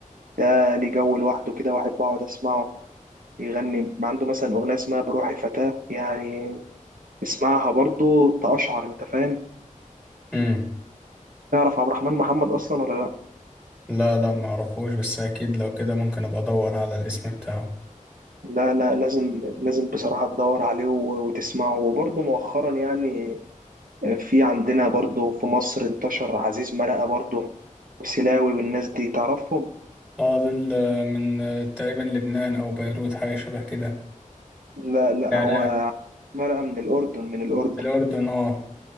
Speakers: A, on the right (about 85°); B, in the centre.
A: ده ليه جو لوحده كده واحد بقعد اسمعه يغني عنده مثلا اغنيه اسمها بروحي فتاه يعني اسمعها برضو تقشعر انت فاهم
B: امم
A: تعرف عبد الرحمن محمد اصلا ولا لا
B: لا لا معرفوش بس اكيد لو كده ممكن ابقى ادور على الاسم بتاعه
A: لا لا لازم لازم بصراحه تدور عليه و- وتسمعه وبرضو مؤخرا يعني في عندنا برضو في مصر انتشر عزيز مرقه برضو وسلاوي والناس دي تعرفهم
B: اه دول آه، من آه، تقريبا لبنان او بيروت حاجة شبه كده
A: لا لا
B: العراق
A: هو مرقة من الأردن من الأردن
B: الاردن اه